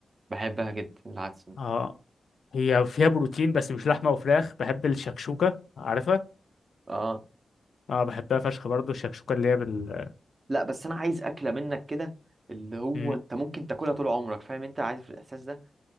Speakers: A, on the right; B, on the left.
A: بحبها جدا العدس
B: اه هي فيها بروتين بس مش لحمة وفراخ بحب الشكشوكة عارفها
A: اه
B: اه بحبها فشخ برضه الشكشوكة اللي هي بال
A: لا بس انا عايز اكله منك كده اللي هو
B: م.
A: انت ممكن تاكلها طول عمرك فاهم انت عارف الاحساس ده